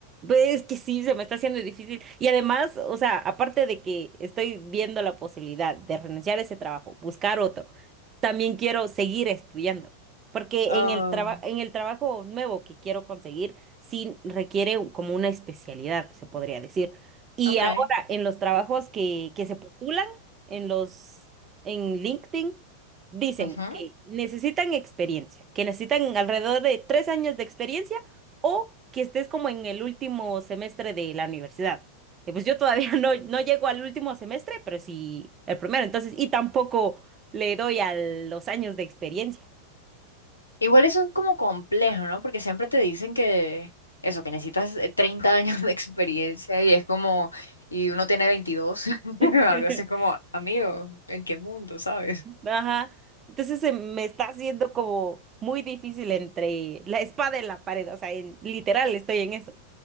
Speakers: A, on the right; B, on the left.
A: pues es que sí, se me está haciendo difícil. Y además, o sea, aparte de que estoy viendo la posibilidad de renunciar a ese trabajo, buscar otro, también quiero seguir estudiando, porque
B: oh,
A: en el traba- en el trabajo nuevo que quiero conseguir, sí requiere un- como una especialidad, se podría decir. Y
B: ok.
A: ahora, en los trabajos que, que se postulan, en los, en LinkedIn, dicen
B: Ujú.
A: que necesitan experiencia, que necesitan alrededor de tres años de experiencia o que estés como en el último semestre de la universidad. Y pues yo todavía <laughs> no, no llego al último semestre, pero sí el primero, entonces, y tampoco le doy a los años de experiencia.
B: Igual eso es como complejo, ¿no? Porque siempre te dicen que eso, que necesitas eh, 30 <laughs> años de experiencia y es como, y uno tiene 22 <laughs>
A: <laughs>
B: algo así es como, amigo, ¿en qué mundo, sabes?
A: Ajá. Entonces se me está haciendo como muy difícil entre la espada y la pared, o sea, en, literal estoy en eso.